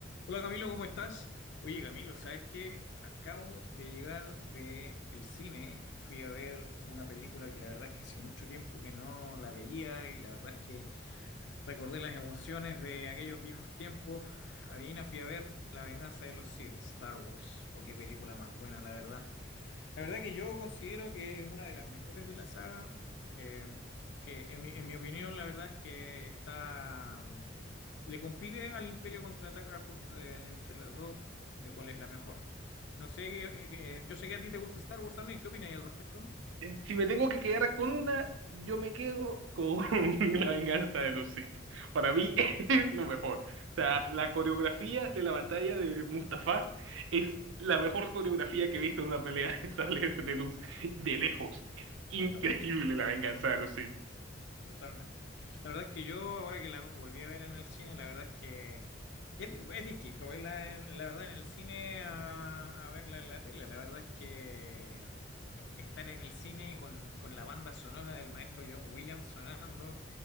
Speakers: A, on the left (about 60°); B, on the right (about 80°).
A: Hola Camilo, ¿cómo estás? Oye Camilo, ¿sabes qué? Acabo de llegar de el cine y fui a ver una película que la verdad es que hace mucho tiempo que no la veía y la verdad es que recordé las emociones de aquellos viejos tiempos. Adivina, fui a ver La venganza de los Sith, Star Wars. ¡O qué película más buena, la verdad. La verdad que yo considero que es una de las mejores de la saga, eh, que en mi, en mi opinión la verdad es que está, mm, le compite al Imperio Contraataca junto, eh, entre las dos, de cuál es la mejor. No sé, eh, eh, yo sé que a ti te gusta Star Wars también, ¿qué opinas al respecto?
B: Eh, Si me tengo que quedar con una, yo me quedo con <laughs> La venganza de los Sith. Para mí
A: Ya,
B: <laughs> es lo mejor. O sea, la coreografía de la batalla de Mustafá es la mejor coreografía que he visto en una pelea <laughs> de sable de luz de lejos. Es increíble
A: totalmente,
B: La venganza de los Sith.
A: totalmente. La verdad es que yo ahora que la volví a ver en el cine, la verdad es que es, di- es distinto verla, en- la verdad, en el cine a, a verla en la tele. La verdad es que... estar en el cine con, con la banda sonora del maestro John Williams sonando